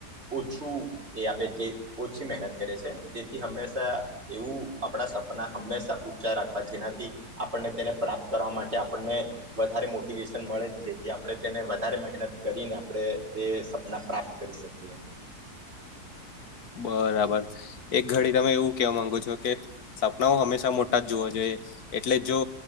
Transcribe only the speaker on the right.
ઓછું એ આપે તે ઓછી મહેનત કરે છે તેથી હંમેશા એવું આપણા સપના હંમેશા ઊંચા રાખવા જેનાથી આપણને તેને પ્રાપ્ત કરવા માટે આપણને વધારે મોટિવેશન મળે જેથી આપણે તેને વધારે મહેનત કરીના આપડે તે સપના પ્રાપ્ત કરી શકીએ.